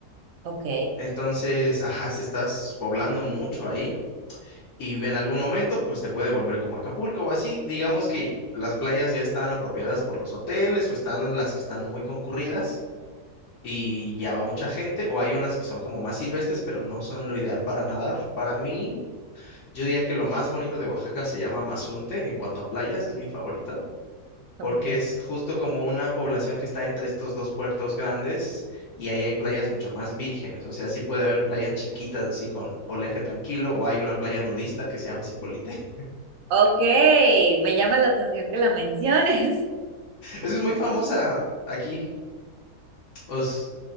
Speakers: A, on the right; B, on the left.
A: Ok,
B: Entonces, ajá, se estás poblando mucho ahí y en algún momento pues te puede volver como Acapulco o así. Digamos que las playas ya están apropiadas por los hoteles o están las que están muy concurridas y ya va mucha gente o hay unas que son como más silvestres pero no son lo ideal para nadar. Para mí, yo diría que lo más bonito de Oaxaca se llama Mazunte en cuanto a playas, es mi favorito. Porque
A: ok.
B: es justo como una población que está entre estos dos puertos grandes y ahí hay playas mucho más vírgenes. O sea, sí puede haber playas chiquitas así con oleaje tranquilo o hay una playa nudista que se llama Cipolite
A: Ok, me llama la atención que la menciones. <laughs>
B: Es que es muy famosa aquí. Os-